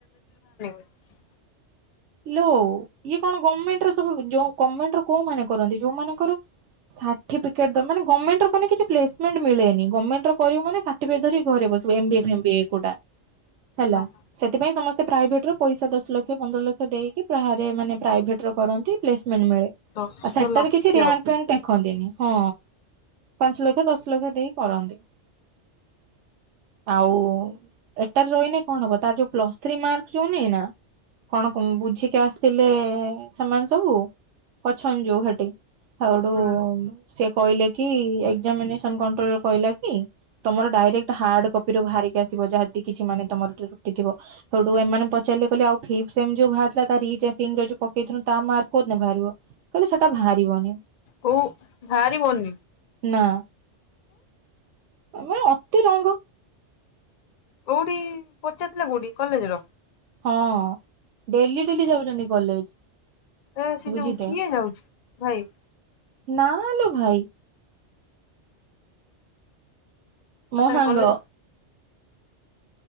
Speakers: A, on the left; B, on the right.
A: <unintelligible>
B: ଲୋ ଇଏ କଣ ଗମେଣ୍ଟ ର ସବୁ ଯଉ ଗମେଣ୍ଟର କଉମାନେ କରନ୍ତି, ଯଉମାନଙ୍କର ସାଠିଫିକେଟ ଦ ମାନେ ଗମେଣ୍ଟ ର କିଛି ପ୍ଲେସ୍ ମେଣ୍ଟ ମିଳେନି। ଗମେଣ୍ଟ ର କରିବୁ ମାନେ ସାର୍ଟିଫିକେଟ ଧରିକି ଘରେ ବସିବୁ, ମାନେ ଏମ୍ ବିଏ, ଫେମ୍ ବିଏ କଉଟା। ହେଲା
A: ଓହୋ।
B: ସେଥିପାଇଁ ସମସ୍। ପ୍ରାଇଭେଟ ରେ ପଇସା ଦଶଲକ୍ଷ, ପନ୍ଦରଲକ୍ଷ ଦେଇକି ବାହାରେ ମାନେ ପ୍ରାଇଭେଟ ର କରନ୍ତି। ପ୍ଲେସ ମାନ୍ ମିଳେ,
A: ଦଶ
B: ଆଉ ସେଠାରେ
A: ଲକ୍ଷ
B: କିଛି
A: ହୁଁ
B: ଋ୍ୟାଙ୍କ୍ ଫ୍ୟାଙ୍କ୍ ଦେଖ ରଖନ୍ତିନି ହଁ ପାଞ୍ଚଲକ୍ଷ ଦଶଲକ୍ଷ ଦେଇ କରନ୍ତି। ଆଉ ଏଟାରେ ରହିନେ କଣ ହବ? ତାର ଯୋଉ ପ୍ଲସ୍ ଥ୍ରି ମାର୍କ ଯୋଉ ନିଏ ନା କଣ? ତମ୍ ବୁଝିକି ଆସ୍ ଥିଲେ-ଏ ସେମାନେ ସବୁ ଅଛନ ଯୋଉ ହେଠି। ହାଉଡୁ
A: ହୁଁ
B: ସେକ୍ କହିଲେ କି ଏକ୍ଜାମିନେସନ୍ କଣ୍ଟ୍ରୋଲ ର କହିଲା କି ତମର ଡାଇରେକ୍ଟ ହାର୍ଡ କପି ରୁ ବାହାରିକି ଆସିବ। ଯହଦି କିଛି ମାନେ ତମର ତ୍ରୁଟିଥିବ। ହେଠୁ ଏମାନେ ପଚାରିଲେ କହିଲେ ଆଉ ଫିଫ୍ ସେମ୍ ଯୋଉ ବାହାରିଥିଲା ତା ରିଚେକିଙ୍ଗ ରେ ଯୋଉ ପକେଇଥିନୁ ତା ମାର୍କ କୋଉଦିନ ବାହାରିବ? କହିଲେ ସେଟା ବାହାରିବନି।
A: ହଉ ହାରିବନି।
B: ନା। ତମେ ଅତିରଙ୍ଗ।
A: କୋଉଠି ପଚାରଥିଲା କୋଉଠି କଲେଜ ର।
B: ହଁ। ଡେଲି ଡେଲି ଯାଉଛନ୍ତି କଲେଜ।
A: ହଁ ସେ
B: ବୁଝିତେ
A: ଯୋଉ ଉଠି ଯାଉଛି ଭାଇ।
B: ନା ଲୋ ଭାଇ। ମୋ
A: ଆତରେ
B: ସାଙ୍ଗ।
A: କଲେଜ୍।